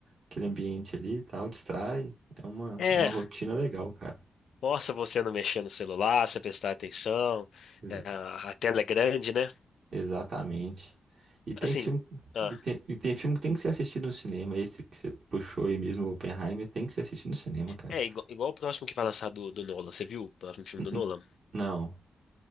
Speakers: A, on the right; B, on the left.
A: Aquele ambiente ali e tal, distrai. É uma,
B: é,
A: é uma rotina legal, cara.
B: mostra você não mexer no celular, você prestar atenção,
A: Ex-
B: é, a tela é grande, né?
A: exatamente. E tem
B: Assim,
A: filme,
B: ah,
A: e tem, e tem filme que tem que ser assistido no cinema. Esse que você puxou aí mesmo, o Oppenheimer, tem que ser assistido no cinema, cara.
B: é igual, igual o próximo que vai lançar do, do Nolan, você viu o próximo filme
A: Uhum.
B: do Nolan?
A: Não.